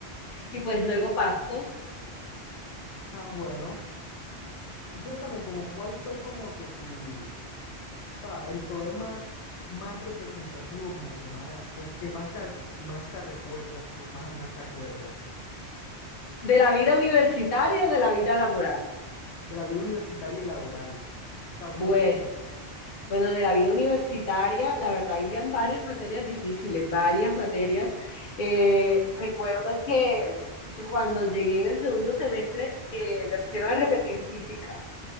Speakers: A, on the left; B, on the left.
A: y pues luego Pasto,
B: Ah, bueno. Y cuéntame, como cuál fue como que tu, o sea, el problema más representativo, como que más, como que más te, más te recuerdas, tú más, más te acuerdas,
A: de la vida universitaria o de la vida laboral.
B: de la vida universitaria y laboral, o sea, uno
A: Bueno.
B: y otro.
A: Bueno, de la vida universitaria, la verdad, habían varias materias difíciles, varias materias. Eh, recuerdo que que cuando llegué en el segundo semestre, eh, me pusieron a repetir física.